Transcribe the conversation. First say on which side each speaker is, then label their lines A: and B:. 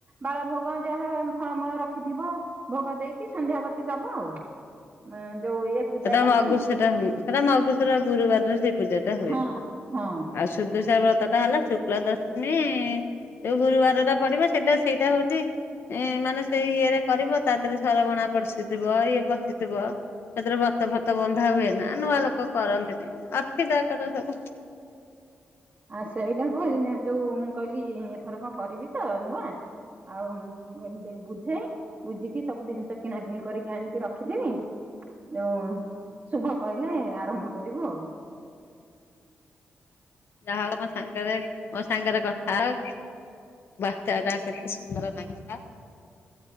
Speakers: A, on the right; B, on the left.
A: ବାଳ ଭୋଗ ଯାହା ଆମ ଫଳମୂଳ ରଖିଥିବ। ଭୋଗ ଦେଇକି ସନ୍ଧ୍ୟାବତୀ ଦବ ଆଉ ଯୋଉ ଏ ପୂଜା
B: ସେଟା
A: ଟା
B: ମଘୁ
A: ମୁଁ
B: ସେଟା ମଘୁସୁର ଗୁରୁବାରରେ ସେ ପୂଜା ଟା ହୁଏ
A: ହଁ ହଁ
B: ଆଉ ସୁଦଶ ବ୍ରତ ଟା ହେଲା ଶୁକ୍ଲା ଦଶମୀ ଯୋଉ ଗୁରୁବାର ଟା ପଡିବ ସେଇଟା ସେଇଟା ହଉଛି ଏଁ ମାନେ ସେଇ ଇଏ ରେ କରିବ ତା ଦେହରେ ସରବଣା ପଶିଥିବ ଇଏ ପଶିଥିବ। ସେଥିରେ ବତ ଫତ ବନ୍ଧା ହୁଏ। ନା ନୂଆ ଲୋକ କରନ୍ତିନି ଅସଧା କର ସବୁ
A: ଆଉ ସେଇଟାକୁ ଯୋଉ ମୁଁ କହିଲି ଏଥର କଣ କରିବି ତ ନୂଆ ଆଉ ବୁଝେଇ ବୁଝିକି ସବୁ ଜିନିଷ କିଣା କିିଣି କରିକି ଆଣିକି ରଖିଦେମି ଯଉ ଶୁଭ ପଇଲେ ଆରମ୍ଭ କରିବୁ ଆଉ।
B: ଯାହା ହଉ ମୋ ସାଙ୍ଗରେ ମୋ ସାଙ୍ଗରେ କଥା ହୋ କଥାଟା କେତେ ସୁନ୍ଦର ନାଗିଲା।